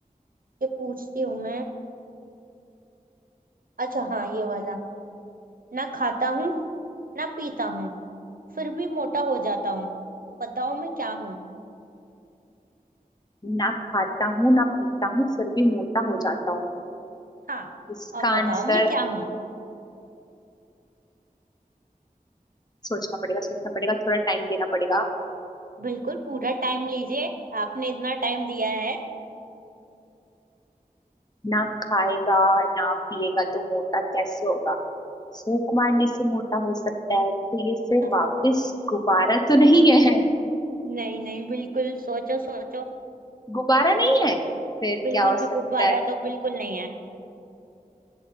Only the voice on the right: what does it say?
पूछती हूँ मैं अच्छा हाँ ये वाला ना खाता हूँ ना पीता हूँ फिर भी मोटा हो जाता हूँ बताओ मैं क्या हूँ
हाँ
और बताओ
मैं क्या हूँ
बिल्कुल पूरा टाइम लीजिए आपने इतना टाइम दिया है
<laughs>
नहीं नहीं बिल्कुल सोचो सोचो
बिल्कुल
भी
गुब्बारा
तो बिल्कुल नहीं है